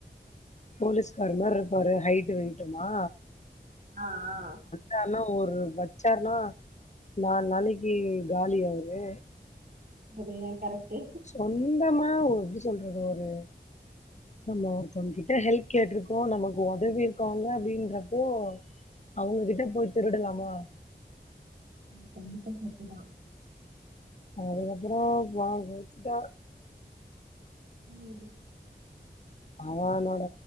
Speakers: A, on the left; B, on the right.
A: போலீஸ்கார் மார் இருப்பாரு ஹையிட் வெயிட்டுமா
B: ஆ ஆ
A: யார்னா ஒரு வச்சார்னா நாலு நாளைக்கி காலி அவரு
B: பட் இருந்தாலு கரெக்ட்டு
A: சொந்தமா எப்டி சொல்றது ஒரு நம்ம ஒருத்தங் கிட்ட ஹெல்ப் கேட்ருக்கோ நமக்கு ஒதவி இருக்காங்க அப்டின்றப்போ அவங்க கிட்ட போய் திருடலாமா
B: அது கண்டிப்பா தப்பு தா
A: அதுக்கப்ற வா போச்சுட்டா
B: ம்
A: ஆனா அவளோட